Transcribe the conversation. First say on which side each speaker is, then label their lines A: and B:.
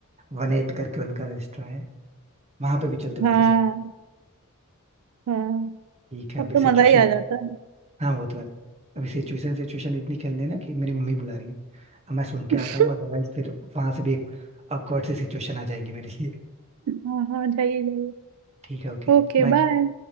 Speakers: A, on the right; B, on the right.
A: One eight करके उनका रेस्टोरेंट है वहां पे भी चलते हैं
B: हाँ
A: उनके साथ
B: हाँ
A: ठीक है अभी
B: अब तो
A: सिचुएशन
B: मजा ही आ जाता
A: हाँ वो तो है अभी सिचुएशन सिचुएशन इतनी खेलने है ना कि मेरी मम्मी बुला रही है अब मैं सुन के आता
B: है
A: हूँ
B: <laughs>
A: अदरवाइज फिर वहां से भी एक awkward सी सिचुएशन आ जाएगी मेरे लिए
B: हाँ हाँ जाइए जाइए
A: ठीक है ओके
B: Okay
A: बाय
B: bye